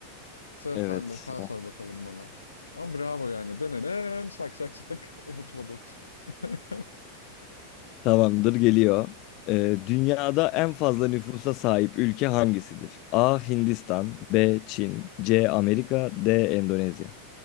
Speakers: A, on the left (about 80°); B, on the left (about 40°).
A: Sıra
B: Evet.
A: sende. Sen sor bakalım bana. Ama bravo yani. Denenen şak şak şak. <laughs> Unutmadım. <laughs>
B: Tamamdır geliyor. Ee, dünyada en fazla nüfusa sahip ülke hangisidir? A. Hindistan B. Çin C. Amerika D. Endonezya